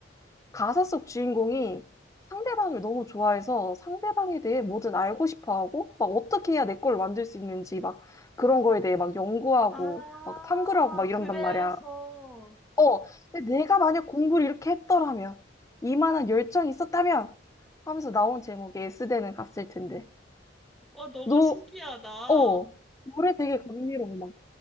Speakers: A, on the left; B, in the centre.
A: 가사 속 주인공이 상대방을 너무 좋아해서 상대방에 대해 뭐든 알고 싶어 하고 막 어떻게 해야 내 걸 만들 수 있는지 막 그런 거에 대해 막 연구하고
B: 아,
A: 막 탐구를 하고 막 이런단
B: 그래서.
A: 말이야. 어, 근데 내가 만약 공부를 이렇게 했더라면 이만한 열정이 있었다면 하면서 나온 제목에 S대는 갔을 텐데.
B: 와, 너무
A: 너,
B: 신기하다.
A: 어, 노래 되게 감미로워.